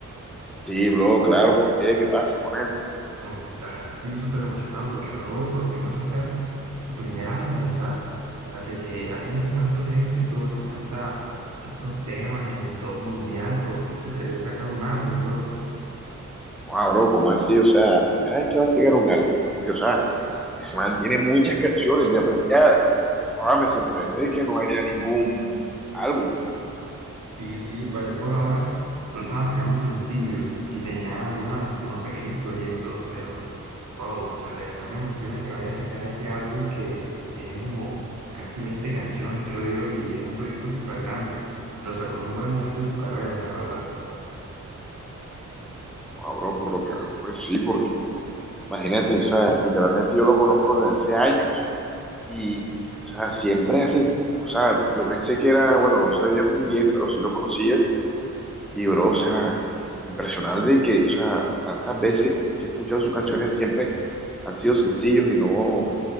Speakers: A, in the centre; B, on the right.
A: Sí, bro, claro, ¿por qué? ¿Qué pasa con él?
B: No, la verdad estoy súper emocionado porque, bro, por fin va a sacar su primer álbum, o sea, tras de que ha tenido tantos éxitos y tanta, tantos temas en el top mundial, por fin se atrevió a sacar un álbum, bro.
A: No, bro, ¿cómo así? O sea, primera vez que va a sacar un álbum, porque, o sea, ese man tiene muchas canciones, demasiadas, y joda, me sorprende de que no haya ningún álbum.
B: Y sí, pues él por ahora solo estaba sacando sencillos y tenía algunas, unos pequeños proyectos, pero... Wow, o sea, de verdad me emociona que vaya a sacar este álbum que tiene como casi 20 canciones, creo yo, y es un proyecto súper grande. Lo sacó en un buen momento de su carrera, la verdad.
A: No, bro, por lo que, pues sí, porque, imagínate, o sea, literalmente yo lo conozco desde hace años, y, o sea, siempre hace, o sea, yo pensé que era, bueno, no sabía muy bien, pero sí lo conocía, Y bro, o sea, impresionante que, o sea, tantas veces que he escuchado sus canciones siempre han sido sencillos y no,